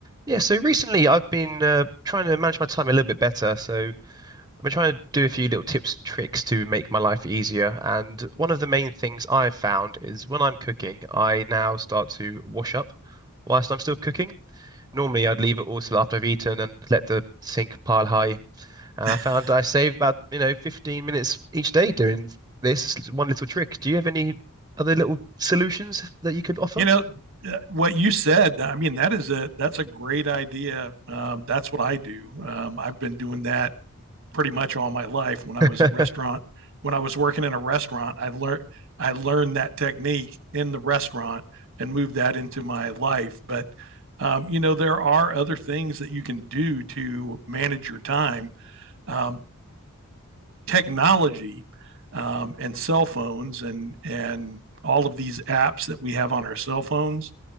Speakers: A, on the right; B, on the right.
A: Yeah, so recently I've been uh, trying to manage my time a little bit better. So I've been trying to do a few little tips and tricks to make my life easier. And one of the main things I've found is when I'm cooking, I now start to wash up whilst I'm still cooking. Normally I'd leave it all till after I've eaten and let the sink pile high. And
B: <laughs>
A: I found I save about, you know, 15 minutes each day doing this It's one little trick. Do you have any other little solutions that you could offer?
B: You know, uh, what you said i mean that is a that's a great idea um, that's what i do um, i've been doing that pretty much all my life when i
A: <laughs>
B: was a restaurant when i was working in a restaurant i learned i learned that technique in the restaurant and moved that into my life but um, you know there are other things that you can do to manage your time Um, technology um, and cell phones and and all of these apps that we have on our cell phones